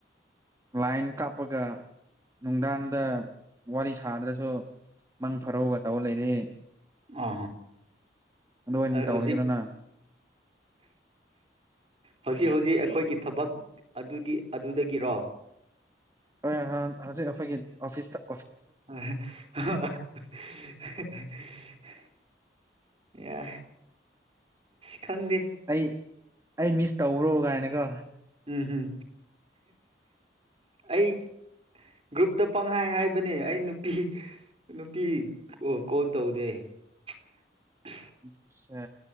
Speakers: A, on the right; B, on the right.
A: ꯂꯥꯏꯟ ꯀꯥꯞꯄꯒ ꯅꯨꯡꯗꯥꯡꯗ ꯋꯥꯔꯤ ꯁꯥꯗ꯭ꯔꯁꯨ ꯃꯪ ꯐꯔꯧꯒ ꯇꯧꯔ ꯂꯩꯔꯤ
B: ꯑ
A: ꯑꯣꯏꯅ ꯇꯧꯔꯒꯦꯔꯅ
B: ꯍꯧꯖꯤꯛ ꯍꯧꯖꯤꯛ ꯍꯧꯖꯤꯛ ꯑꯩꯈꯣꯏꯒꯤ ꯊꯕꯛ ꯑꯗꯨꯒꯤ ꯑꯗꯨꯗꯒꯤꯔꯣ
A: ꯍꯣꯏ ꯍꯧꯖꯤꯛ ꯑꯩꯈꯣꯏꯒꯤ ꯑꯣꯐꯤꯁꯇ
B: <unintelligible> ꯌꯥ ꯈꯟꯗꯤ
A: ꯑꯩ ꯑꯩ ꯃꯤꯁ ꯇꯧꯈ꯭ꯔꯣ ꯀꯥꯏꯅꯒ
B: ꯎꯝꯝ ꯑꯩ ꯒ꯭ꯔꯨꯞꯇ ꯄꯪꯍꯥꯏ ꯍꯥꯏꯕꯅꯦ ꯑꯩ ꯅꯨꯄꯤ ꯅꯨꯄꯤ ꯀꯣꯜ ꯇꯧꯗꯦ <unintelligible>
A: ꯑꯆꯥ